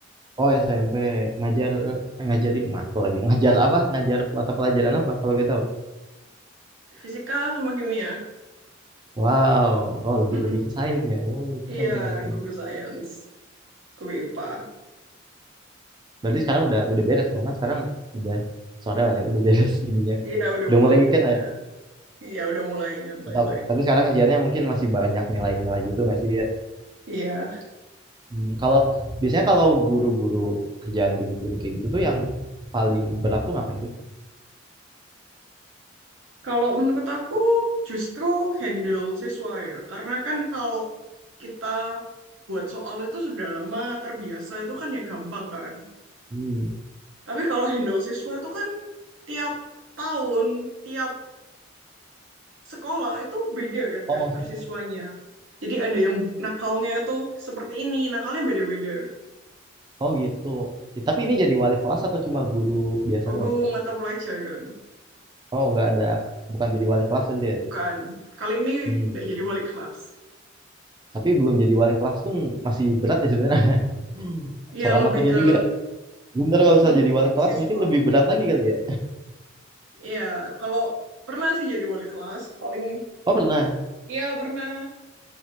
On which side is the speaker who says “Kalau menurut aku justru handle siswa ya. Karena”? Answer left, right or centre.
Right